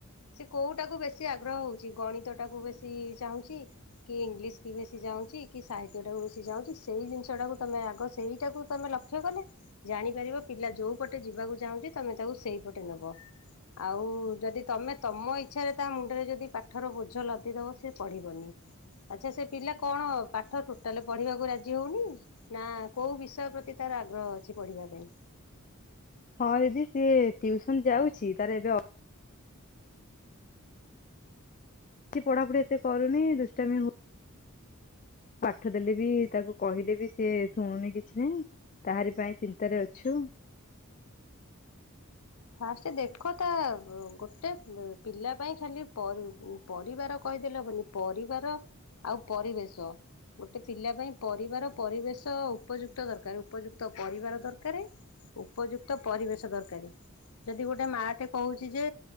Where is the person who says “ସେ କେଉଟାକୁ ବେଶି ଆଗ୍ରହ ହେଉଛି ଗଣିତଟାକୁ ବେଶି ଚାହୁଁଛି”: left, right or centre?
Left